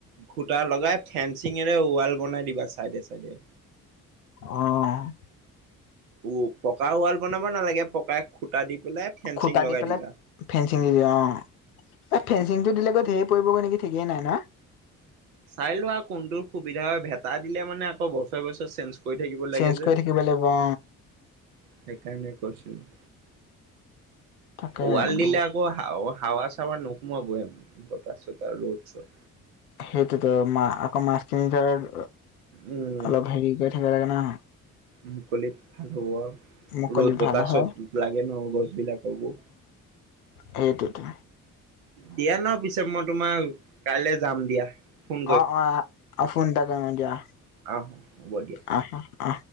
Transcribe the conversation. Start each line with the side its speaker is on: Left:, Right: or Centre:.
Right: গোটাৰ লগাই ফেনচিঙেৰে ৱাল বনাই দিবা চাইডে চাইডে।
Left: অ'।
Right: উ, পকা ৱাল বনাব নালাগে, পকাই খুটা দি পেলাই ফেঞ্চিং
Left: খুঁটা
Right: লগাই
Left: দি পেলাই
Right: দিবা।
Left: ফেঞ্চিং দিদে, অ' এই ফেঞ্চিংটো দিলে গৈ ধেৰ টেইবোৰ এনেকে ঠিকেই নাই না?
Right: চাই লোৱা কোনটো সুবিধা হয়, ভেটা দিলে মানে আকৌ বছৰে বছৰে চেঞ্জ কৰি থাকিব লাগে
Left: চেঞ্জ
Right: যে
Left: কৰি থাকিব লাগিব অ
Right: সেইকাৰণে কৈছোঁ। <inaudible>
Left: তাকে
Right: ৱাল
Left: বোলো
Right: দিলে আকৌ হা হাৱা চাৱা নোসোমাব, বতাহ চতাহ ৰ'দ চত।
Left: সেইটোতো মা-আকৌ মাছখিনি যাৰ
Right: উম
Left: অলপ হেৰি কৰি থাকিব লাগে ন'।
Right: মুকলিত ভাল হ'ব আৰু।
Left: মুকলিত
Right: ৰ'দ, বতাহ,
Left: ভাল হয়
Right: চব লাগে ন' গছবিলাককো।
Left: সেইটোয়েটো।
Right: দিয়া ন' পিছে মই তোমাৰ কাইলৈ যাম দিয়া। ফোন
Left: অ', অ', ফোন এটা কৰিম দিয়া।
Right: আহ, হ'ব দিয়া।
Left: আহ আহ